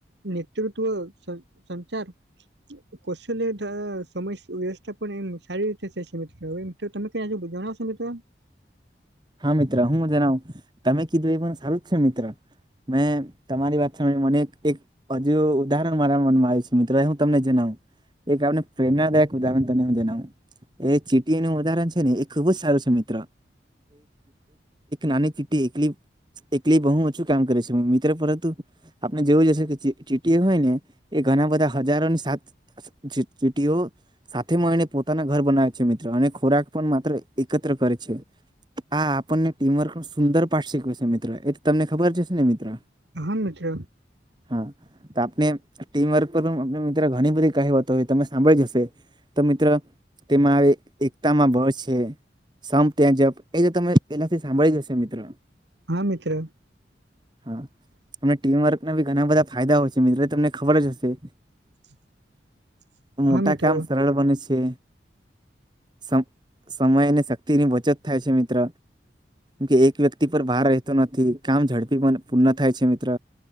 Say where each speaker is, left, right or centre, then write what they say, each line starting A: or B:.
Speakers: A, on the right (about 80°); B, on the right (about 25°).
A: નેતૃત્વ સ સંચાર કૌશલ્ય તા સમય વ્યવસ્થા પણ એમ સારી રીતે થાય છે મિત્ર એમ તો તમે ક્યાં હજુ જણાવશો મિત્ર
B: હા મિત્ર હું જણાવું તમે કીધું એ પણ સારું જ છે મિત્ર, મેં તમારી વાત સામે એક હજુ ઉદાહરણ મારા મનમાં આવે છે. મિત્રય હું તમને જણાવું એક આપને પ્રેરણાના દાકય ઉદાહરણ તને હું જવાનું એ ચીટીનું ઉદાહરણ ને એ ખુબ જ સારી છે મિત્ર નાની ચીટી એકલી એટલે બહુ ઓછું કામ કરે છે મિત્ર પરંતુ આપણે જેવું જશે કે ચીટીએ હોય ને એ ઘણા બધા હજારોની સાત ચીટીઓ સાથે મળીને પોતાના ઘર બનાવે છે મિત્ર અને ખોરાક પણ માત્ર એકત્ર કરે છે. હા આપણને ટીમવર્ક પણ સુંદર પાઠ શીખવે છે મિત્ર એ તમને ખબર શે ને મિત્ર,
A: હા મિત્ર,
B: હા તો આપણે ટીમ વર્ક પર મિત્ર ઘણી બધી કહિવતો હોય તમે સાંભળી જ હશે. તો મિત્રો તેમાં હવે એકતામાં બળ છે. સંપ ત્યાં જપ એ તો તમે સાંભળી જ હશે મિત્ર,
A: હા મિત્ર,
B: હા તમને ટીમવર્કના બી ઘણા બધા ફાયદા હોય છે મિત્રો તમને ખબર જ હશે.
A: <unintelligible> <inaudible>
B: મોટા
A: હા મિત્ર
B: કામ સરળ બને છે, સમ સમય અને શક્તિની બચત થાય છે મિત્ર કે એક વ્યક્તિ પર ભાર રહેતો નથી, કામ ઝડપી પણ પૂર્ણ થાય છે મિત્ર,